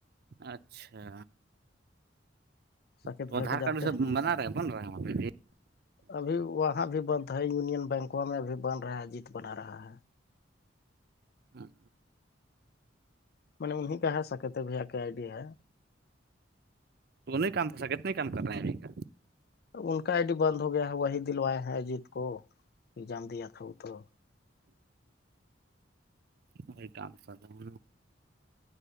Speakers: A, on the right (about 55°); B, on the left (about 55°).
A: اچھا
B: ساکت
A: تو
B: بھیا
A: آدھار
B: کے
A: کارڈ
B: جانتے
A: بھی سب
B: ہیں نا
A: بنا رہے ہیں بن رہا ہیں ہم پہ بھی-
B: ابھی وہاں بھی بند ہے یونین بینکوں میں ابھی بند رہا ہے جیت بنا رہا ہے-
A: ہاں
B: م نے انہیں کا ہے سکے تو بھیا کے آئی ڈی ہے
A: تو وہ نہیں کام کر سکے اتنے کام کر رہے ہیں ابھی کا
B: ان کا آئی ڈی بند ہو گیا ہے وہی دلوائے ہیں اجیت کو ایگزام دیا تھا وہ تو
A: وہی کام سد ن